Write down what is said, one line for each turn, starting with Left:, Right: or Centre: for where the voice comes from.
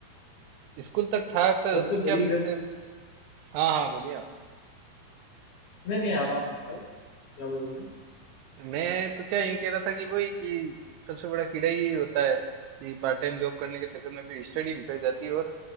Right: स्कूल तक था तो
Left: सबसे
Right: जब तक
Left: बड़ी
Right: क्या पैसे
Left: गलती
Right: हाँ हाँ बोलिए आप
Left: नहीं नहीं आप आप बताओ क्या बोल रहे हो
Right: मैं तो क्या यूं कह रहा था कि वही कि सबसे बड़ा कीड़ा यही होता है कि पार्ट टाइम जॉब करने के चक्कर में फिर स्टडी बिगड़ जाती है और